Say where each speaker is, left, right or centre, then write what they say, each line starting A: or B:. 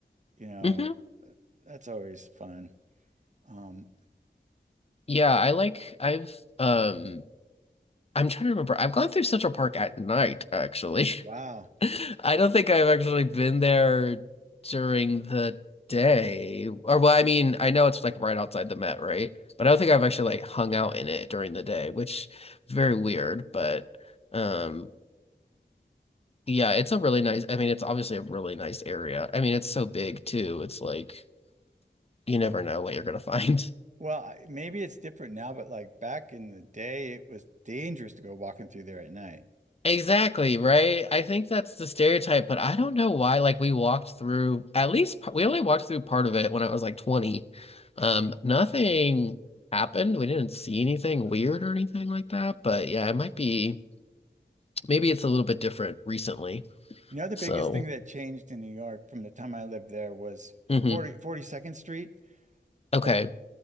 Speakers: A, on the right; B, on the left.
A: you know,
B: hmm
A: uh, that's always fun. Um,
B: Yeah, I like I've um I'm trying to remember. I've gone through Central Park at night, actually.
A: wow.
B: <laughs> I don't think I've actually been there during the day. Or, well, I mean, I know it's like right outside the Met, right? But I don't think I've actually like hung out in it during the day, which very weird, but um yeah, it's a really nice, I mean, it's obviously a really nice area. I mean, it's so big too. It's like you never know what you're gonna <laughs> find.
A: Well, I- maybe it's different now, but like back in the day, it was dangerous to go walking through there at night.
B: Exactly, right? I think that's the stereotype, but I don't know why. Like, we walked through at least par- we only walked through part of it when I was like 20. Um, nothing happened. We didn't see anything weird or anything like that. But yeah, it might be maybe it's a little bit different recently.
A: You know, the
B: So,
A: biggest thing that changed in New York from the time I lived there was
B: hmm
A: forty forty second Street.
B: Okay.
A: Like